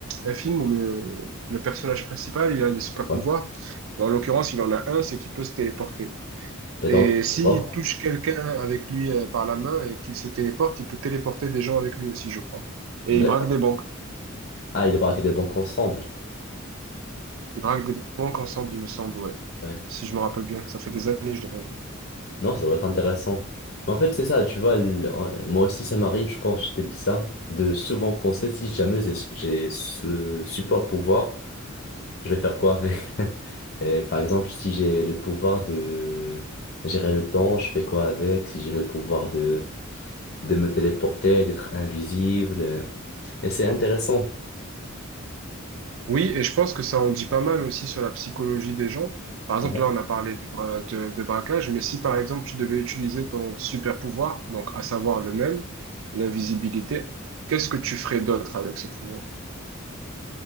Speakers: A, on the right; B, on the left.
A: un film où le, le personnage principal, il a des super
B: Ouais.
A: pouvoirs. Mais En l'occurrence, il en a un, c'est qu'il peut se téléporter.
B: Et
A: Et
B: donc,
A: s'il
B: c'est quoi
A: touche quelqu'un avec lui euh, par la main et qu'il se téléporte, il peut téléporter des gens avec lui aussi, je crois. Et
B: D'accord.
A: il braque des banques.
B: Ah, ils braquent des banques ensemble.
A: Il braque des banques ensemble, il me semble, ouais.
B: Ouais.
A: Si je me rappelle bien. Ça fait des années, je l'ai pas vu.
B: Non, ça doit être intéressant. Mais en fait, c'est ça, tu vois, l- en- moi aussi, ça m'arrive, je pense, je t'ai dit ça, de souvent penser si jamais j'ai j'ai ce super pouvoir, je vais faire quoi avec? <laughs> Et par exemple, si j'ai le pouvoir de gérer le temps, je fais quoi avec? Si j'ai le pouvoir de, de me téléporter, d'être invisible. euh, Et c'est intéressant.
A: Oui, et je pense que ça en dit pas mal aussi sur la psychologie des gens. Par exemple,
B: Ouais.
A: là, on a parlé du bra- de, de braquage, mais si par exemple tu devais utiliser ton super pouvoir, donc à savoir le même, l'invisibilité, qu'est-ce que tu ferais d'autre avec ce pouvoir?